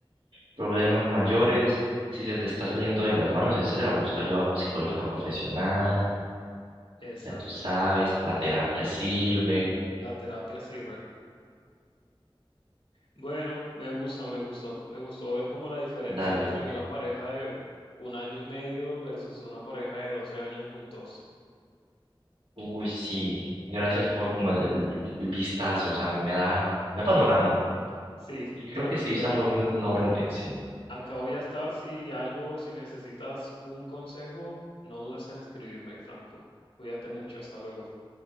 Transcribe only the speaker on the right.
problemas mayores, si se te está saliendo de las manos, etcétera, busca ayuda psicológica profesional,
ya tú sabes, la terapia sirve,
dale.
Uy, sí, gracias por como el, el- el vistazo, o sea, me da un panorama
y creo
que sí estamos en una buena dirección.